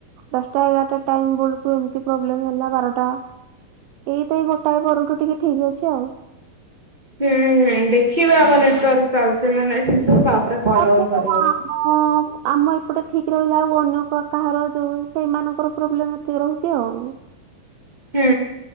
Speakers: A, on the right; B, on the right.
A: ଦଶଟା ଏଗାରଟା ଟାଇମ୍ ବେଳକୁ ଏମିତି ପ୍ରୋବ୍ଲେମ ହେଲା ବାରଟା ଏଇତ ଏଇ ଗୋଟାଏ ପରଠୁ ଟିକେ ଠିକ ଅଛି ଆଉ।
B: ହୁଁ ହୁଁ ଦେଖିବା ଆଗ ନେଟୱାର୍କ ଚାଲଛି ନା ନାଇଁ ଠିକ୍ ସେ ତା ପ କଲ୍
A: ଆମ
B: ଭଲ୍ କରିବେ।
A: ଆମ ଏପଟେ ଠିକ୍ ରହିଲା ଆଉ ଅନ୍ୟ କ କାହାର ଯୋଉ ସେଇମାନଙ୍କର ପ୍ରୋବ୍ଲେମ ଏତିକ ରହୁଛି ଆଉ।
B: ହୁଁ